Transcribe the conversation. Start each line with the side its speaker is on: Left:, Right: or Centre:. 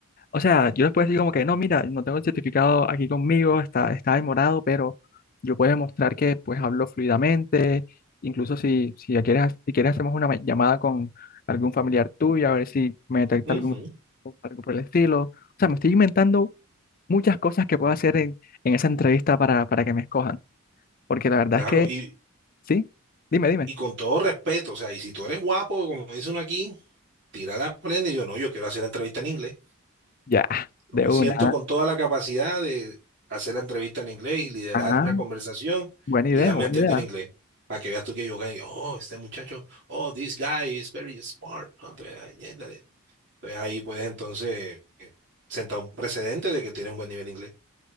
Left: o sea, yo les puedo decir como que, no, mira, no tengo el certificado aquí conmigo, está, está en morado, pero yo puedo demostrar que pues hablo fluidamente, incluso si, si ya quieres, si quieres hacemos una ma- llamada con algún familiar tuyo, a ver si me detecta
Right: Ujú,
Left: algún o algo por el estilo. O sea, me estoy inventando muchas cosas que puedo hacer en, en esa entrevista para, para que me escojan. Porque la verdad
Right: claro,
Left: es que,
Right: y,
Left: sí, dime, dime.
Right: y con todo respeto, o sea, y si tú eres guapo, como dice uno aquí, tirar la prenda y yo no, yo quiero hacer la entrevista en inglés.
Left: Ya,
Right: Yo
Left: de
Right: me
Left: una.
Right: siento con toda la capacidad de hacer la entrevista en inglés y liderar
Left: Ah,
Right: una conversación
Left: buena idea,
Right: y darme
Left: buena
Right: a entender
Left: idea.
Right: inglés. Para que veas tú que yo gané, oh, este muchacho, oh, this guy is very smart. ¿no? Entonces, ay, ñéndale. Entonces, ahí puedes entonces eh, sentar un precedente de que tienes un buen nivel de inglés.